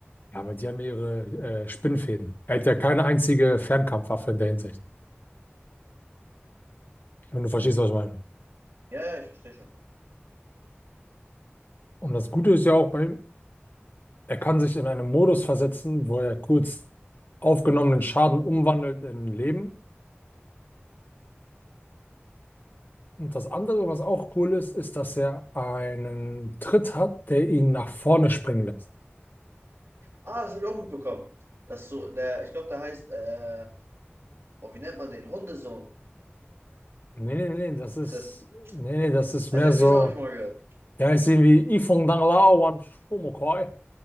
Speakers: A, on the left; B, on the right.
A: ja, aber die haben ihre äh, Spinnfäden. Er hat ja keine einzige Fernkampfwaffe in der Hinsicht, wenn du verstehst, was ich meine.
B: Ja, ja, ich verstehe schon.
A: Und das Gute ist ja auch bei ihm, er kann sich in einen Modus versetzen, wo er kurz aufgenommenen Schaden umwandelt in Leben. Und das andere, was auch cool ist, ist, dass er einen Tritt hat, der ihn nach vorne springen lässt.
B: Ah, das habe ich auch mitbekommen. Dass so, der, ich glaube, der heißt, äh, oh, wie nennt man den? Hundesohn
A: Nee, nee, nee, das ist,
B: tritt.
A: nee, nee, das ist
B: Also
A: mehr
B: irgendwie
A: so,
B: so habe ich mal gehört.
A: ja, ich sehe wie Yifeng Danglao Wan Shomokoi.